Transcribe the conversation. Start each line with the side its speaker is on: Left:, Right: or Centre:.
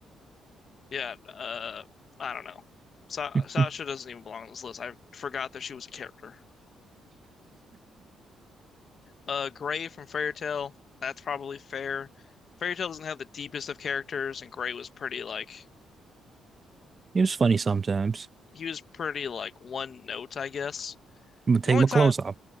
Left: yeah uh I don't know Sa
Right: <laughs>
Left: Sasha doesn't even belong on this list I forgot that she was a character Uh, Gray from Fairy Tail. That's probably fair. Fairy Tail doesn't have the deepest of characters, and Gray was pretty like
Right: It was funny sometimes.
Left: he was pretty like one note, I guess.
Right: I'm gonna take
Left: The only
Right: my
Left: time
Right: clothes off.